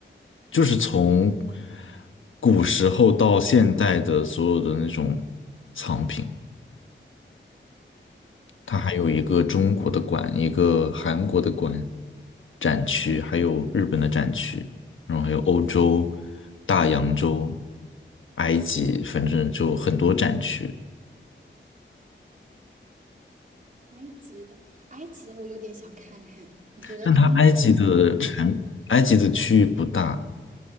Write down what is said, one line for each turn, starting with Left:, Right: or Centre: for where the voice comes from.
Left: 就是从古时候到现代的所有的那种藏品。它还有一个中国的馆，一个韩国的馆展区，还有日本的展区，然后还有欧洲、大洋洲、埃及，反正就很多展区。
Right: 埃及的，埃及的我有点想看看。他们的，
Left: 但它埃及的产，埃及的区域不大，